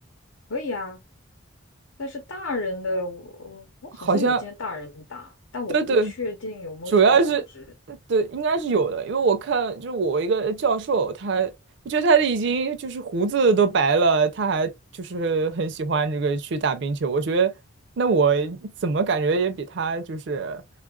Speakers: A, on the left (about 80°); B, on the right (about 60°).
A: 可以啊，但是大人的我我好像有见大人打，
B: 好像
A: 但我不确定有没有这个组织。
B: 对对，主要是对，应该是有的，因为我看就是我一个教授，他我觉得他已经就是胡子都白了，他还就是很喜欢这个去打冰球。我觉得那我怎么感觉也比他就是